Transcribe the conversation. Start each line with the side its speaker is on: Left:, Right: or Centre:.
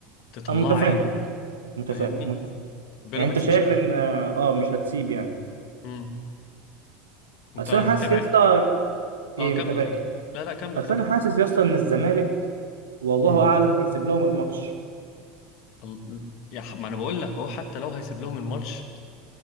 Left: تطلع
Right: انا متفاهم
Left: عينه
Right: متفاهم
Left: فاهمني
Right: متفاهم
Left: بيراميدز
Right: يعني انت شايف
Left: مش هت...
Right: ان اه مش هتسيب يعني
Left: مم. انت
Right: اصل
Left: متابع
Right: انا حاسس يا اسطى ايه
Left: اه كمل
Right: متابع
Left: كمل لا لا كمل
Right: بس
Left: كمل
Right: انا حاسس يا اسطى ان الزمالك والله
Left: مم.
Right: اعلم هيسيب لهم الماتش
Left: ال- يا ح- ما انا بقول لك اهو حتى لو هيسيب لهم الماتش